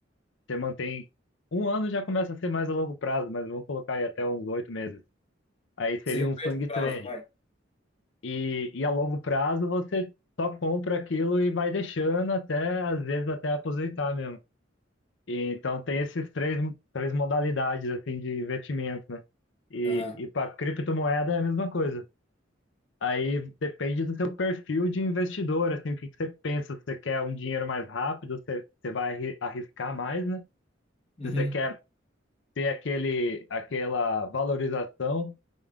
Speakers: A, on the left; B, on the left.
A: você mantém. Um ano já começa a ser mais a longo prazo, mas vamos colocar aí até uns oito meses. Aí seria
B: Seria
A: um
B: o
A: swing
B: médio prazo,
A: trade.
B: vai.
A: E, e a longo prazo você só compra aquilo e vai deixando até, às vezes, até aposentar mesmo. E, então tem esses três, três modalidades assim de investimento, né? E,
B: Aham.
A: e para criptomoeda é a mesma coisa. Aí depende do seu perfil de investidor, assim, o que que você pensa, se você quer um dinheiro mais rápido, você, você vai arri- arriscar mais, né?
B: Uhum.
A: Se você quer ter aquele, aquela valorização